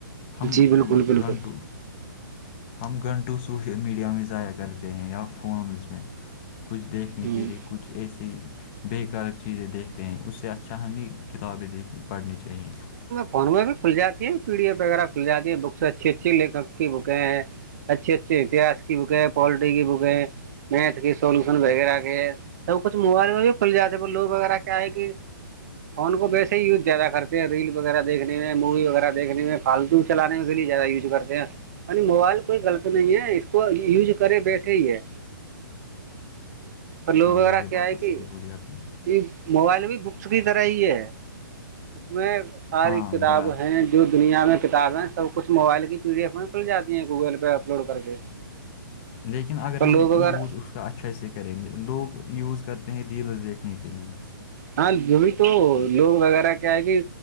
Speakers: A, on the left (about 30°); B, on the right (about 50°).
A: ہم
B: جی بالکل بالکل
A: گھنٹوں ہم گھنٹوں سوشل میڈیا میں ضائع کرتے ہیں یا فونز میں کچھ دیکھنے
B: ہوں
A: کے لیے کچھ ایسی بے کار چیزیں دیکھتے ہیں اس سے اچھا اچھا ہمیں کتابیں دیکھ پڑھنی چاہییں
B: فارون میں بھی کھلاتی ہیں پی ڈی ای وغیرہھ جاتی ہے بکس اچھی اچھی لھک <inaudible> کہ بکیں ہیں اچھی اچھی اتہاس کی بکیں ہیں پولٹی کی بکیں ہیں میتھ کی سولوشن وغیرہ کے سب کچھ موبائل میں بھی کھل جاتے لوگ وغیرہ کیا ہے کہ فون کو ویسے ہی یوز زیادہ کرتے ہیں ریل وغیرہ دیکھنے میں مووی وغیرہ دیکھنے میں فالتو چلانے کے لیے زیادہ یوز کرتے ہیں یعنی موبائل کوئی غلط نہیں ہے اس کو یوز کرے ویسے ہی ہے پر لوگ
A: ہاں
B: وغیرہ
A: یہ
B: کیا
A: بات
B: ہے
A: تو
B: کہ
A: صحیح بولی آپ نے
B: یہ موبائل بھی بکس کی طرح ہی ہے اس میں ساری
A: ہاں
B: کتاب
A: برا
B: ہیں جو دنیا میں کتابیں سب کچھ موبائل کی پی ڈی ایف میں کھل جاتی ہیں گوگل پہ اپلوڈ کر کے
A: لیکن اگر
B: پر
A: ہم
B: لوگ
A: یوز
B: اگر
A: اس کا اچھا سے کرے لوگ یوز کرتے ہیں ریلز دیکھنے کے لیے
B: ہاں جو بھی تو لوگ وغیرہ کیا ہے کہ